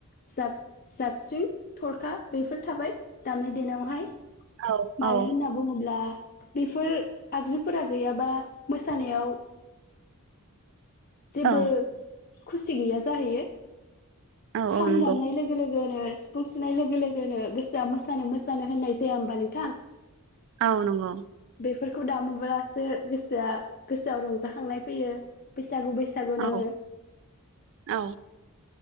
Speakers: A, on the left (about 40°); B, on the right (about 60°).
A: जाब जाबस्रि थरखा बेफोर थाबाय दामनाय देनायावहाय
B: औ
A: मानो
B: औ
A: होनना बुङोब्ला बेफोर आगजुफोरा गैयाबा मोसानायाव जेबो
B: औ
A: खुसि गैया जाहैयो
B: औ
A: खाम
B: औ नंगौ
A: दामनाय लोगो लोगोनो सिफुं सुनाय लोगो लोगोनो गोसोआ मोसानो मोसानो होननाय जाया होमबा नोंथां
B: औ नंगौ
A: बेफोरखौ दामोब्लासो गोसोआ गोसोआव रंजाखांनाय फैयो बैसागु बैसागु नाङो
B: औ औ